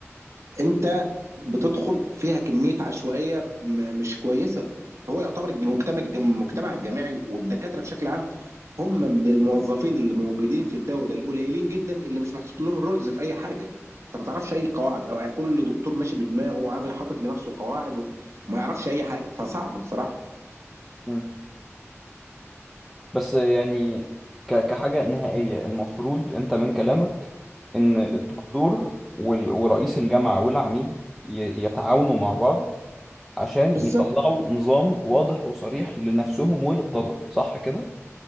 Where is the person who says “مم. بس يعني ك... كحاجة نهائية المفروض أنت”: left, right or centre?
Centre